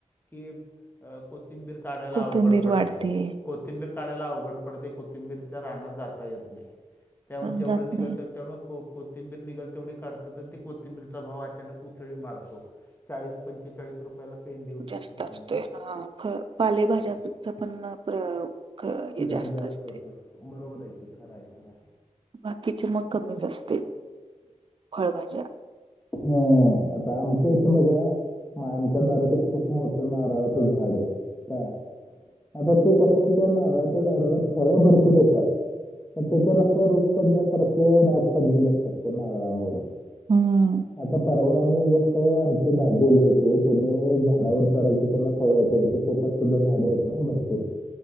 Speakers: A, on the left; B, on the right.
A: की अ तिंबीर काढायला
B: कोथिंबीर
A: अवघड पडते.
B: वाढते
A: कोथिंबीर काढाला अवघड पडते कोथिंबीरच्या राहण्यात जाता येत नाही. त्यामुळे
B: पण
A: जेवढं
B: जात
A: निघाल
B: नाही.
A: त्यामुळे कोथिंबीर निघाल तेवढी काढतात आणि ती कोथिंबीरचा भाव अचानक. पुसळी मारतो चाळीस पंचेचाळीस रुपयाला पेंढ होती
B: जास्त
A: कोथिंबिरीची.
B: असतोय हा ख. पालेभाज्या पण प्र क- हे
A: दर जास्त
B: असते.
A: होत बरोबरयचे खरांय खरांय.
B: बाकीचे मग कमीच असते. फळभाज्या.
A: हा आता आमच्या इथ बघा. माणच्या दराच खूप मोठं नारळाचं झाड आहे काय. आता ते कसं त्या नारळाच्या झाडाला फळें भरपूर देतात. मग त्याच्यावर अस रोग पडल्यासारखे डाग पडलेले असतात त्या नारळांवर.
B: हम.
A: आता परवा आम्ही जास्त आमचे दाजेले होते त्यांनी झाडावर चढायची त्यांना सवय त्यांच्या स्वतत. सुुद्धा झाड्या आहेत ना भरपूर.